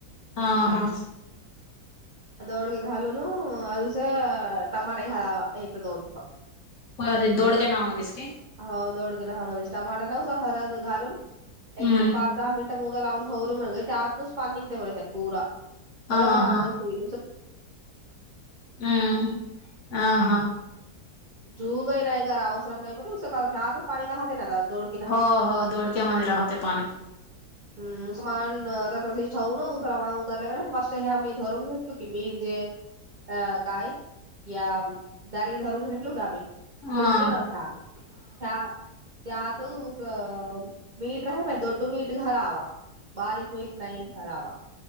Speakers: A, on the left; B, on the right.
A: हा हा.
B: <unintelligible>
A: <unintelligible>
B: <unintelligible> हळद घालून एक
A: हम्म
B: पाच दहा मिनट. लावून ठेवल म्हण त्यातच पनिंग पुरा मला
A: हा
B: भारी
A: हा
B: आहे.
A: हम्म
B: <unintelligible>
A: हा हा
B: <unintelligible>
A: हो हो दोडक्यामध्ये राहते पाणी.
B: <inaudible> हम मान त ठेवून उतार माग उतरल्या कडे फ हे आम्ही धरून घेतलो की म मिरजे. अ काय या दारी धरून हेटल गामी
A: हा
B: भु न आ त्या त्यात ऊस मीठ राहि मा दोडड मीठ घालावा. बारीक मीठ नाही घरावा.